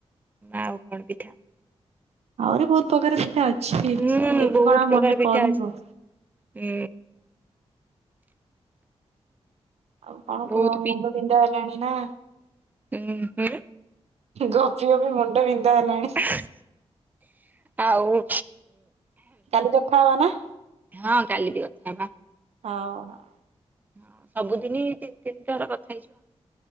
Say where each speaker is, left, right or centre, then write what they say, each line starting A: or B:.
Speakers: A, on the right; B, on the right.
A: ଆଉ କଣ ପିଠା
B: ଆହୁରି ବହୁତ ପ୍ରକାର ପିଠା ଅଛି
A: ହୁଁ
B: ଏବେ
A: ବହୁତ
B: କଣ ଆଉ
A: ପ୍ରକାର
B: ମନେ
A: ପିଠା
B: ପଢିବ
A: ଅଛି ହୁଁ
B: ଆଉ କଣ
A: ବହୁତ
B: କହ ମୁଣ୍ଡ ବିନ୍ଧା ହେଲାଣି ନା
A: ହୁଁ ହୁଁ
B: ଗୋପି ଗ ବିି ମୁଣ୍ଡ ବିନ୍ଧା ହେଲାଣି
A: <inaudible> ଆଉ
B: କାଲି କଥା ହବା ନା।
A: ହଁ କାଲି ବି କଥା ହେବା
B: ହଉ ହ
A: ହଁ ସବୁଦିନି ତିନି ତିନିଥର କଥା ହେଇଯିବ ଆଉ